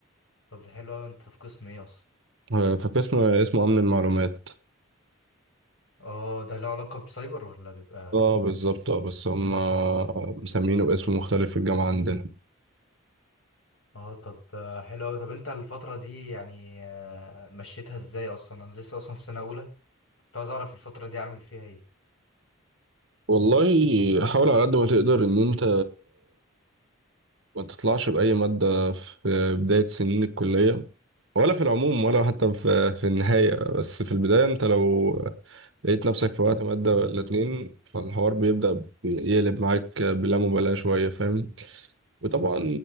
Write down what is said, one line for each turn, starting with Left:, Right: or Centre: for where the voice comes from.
Left: طب ده حلو قوي انت في قسم ايه اصلا
Right: أه في قسم اسمه أمن المعلومات
Left: اه ده له علاقة بسايبر ولا بيبقى
Right: اه بالظبط اه بس هم مسمينه باسم مختلف في الجامعة عندنا
Left: اه طب آه، حلو قوي طب انت الفترة دي يعني آه، مشيتها ازاي اصلا انا لسه اصلا في سنة اولى كنت عايز اعرف الفترة دي اعمل فيها ايه
Right: والله حاول على قد ما تقدر إن أنت ما تطلعش بأي مادة في بداية سنين الكلية ولا في العموم ولا حتى في في النهاية بس في البداية انت لو لقيت نفسك في وقت مادة ولا اتنين فالحوار بيبدأ يقلب معاك بلا مبالاة شوية فاهم وطبعا